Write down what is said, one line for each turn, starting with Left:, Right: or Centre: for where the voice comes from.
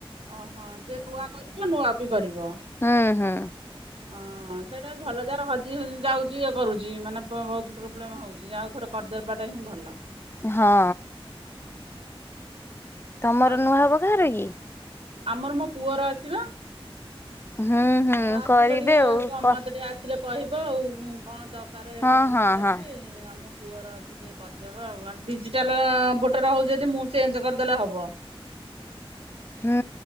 Right: ଓହୋ ଯେ ନୂଆ କରିବ ନୂଆ ବି କରିବ।
Left: ହୁଁ ହୁଁ।
Right: ହଁ ସେଇଟା ବି ଭଲ ଯାର ହଜି ହେଇ ଯାଉଚି ଇଏ କରୁଚି ମାନେ ବହୁତ ପ୍ରୋବ୍ଲେମ୍ ହଉଚି ଯେ ଆଉଥରେ କରିଦେବାଟା ହିଁ ଭଲ।
Left: ହଁ। ତମର
Right: ଆଉ
Left: ନୂଆ ହେବ କାହାର କି?
Right: ଆମର ମୋ ପୁଅର ଅଛି ବା।
Left: ହୁଁ ହୁଁ
Right: ହଉ ଆସିଲ
Left: କରିବେ
Right: ଟିକେ
Left: ଆଉ କ
Right: ମତେ ଟିକେ ଆସିଲେ କହିବ ଆଉ କଣ ଦରକାର
Left: ହଁ
Right: ଡକ୍ୟୁମେଣ୍ଟ
Left: ହଁ
Right: ଦେବି
Left: ହଁ
Right: ଆମ ପୁଅର ଟିକେ କରିଦେବା ଆଉ ଡିଜିଟାଲ ଭୋଟର ହଉଛି ଯଦି ମୁଁ ଚେଞ୍ଜ କରିଦେଲେ ହବ।
Left: ହୁଁ